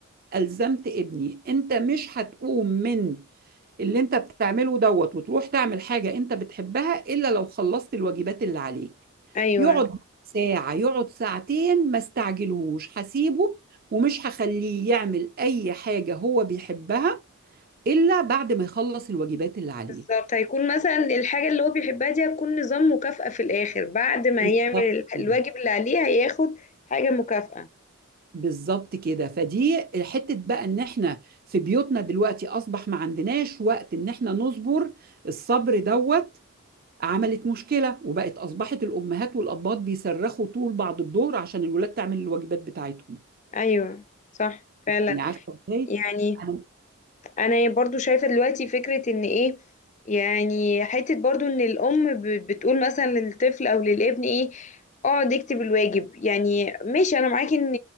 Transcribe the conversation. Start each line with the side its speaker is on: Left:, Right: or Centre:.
Right: الزمت ابني انت مش هتقوم من اللي انت بتعمله دوت وتروح تعمل حاجة انت بتحبها الا لو خلصت الواجبات اللي عليك
Left: ايوه
Right: يقعد ساعة يقعد ساعتين ما استعجلهوش هسيبه ومش هخليه يعمل اي حاجة هو بيحبها الا بعد ما يخلص الواجبات اللي عليه
Left: بالظبط هيكون مثلا الحاجة اللي هو بيحبها دي هتكون نظام مكافأة في الاخر بعد ما
Right: بالظبط
Left: هيعمل ال-
Right: كده
Left: الواجب اللي عليه هياخد حاجة مكافأة
Right: بالظبط كده فدي حتة بقى ان احنا في بيوتنا دلوقتي اصبح ما عندناش وقت ان احنا نصبر الصبر دوت عملت مشكلة وبقت اصبحت الامهات والابات بيصرخوا طول بعد الظهر عشان الولاد تعمل الواجبات بتاعتهم
Left: ايوه صح فعلا
Right: يعني عارفة ازاي
Left: يعني
Right: انا
Left: انا برضو شايفة دلوقتي فكرة ان ايه يعني حتة برضو ان الام ب- بتقول مثلا للطفل او للابن ايه اقعد اكتب الواجب يعني ماشي انا معاكي ان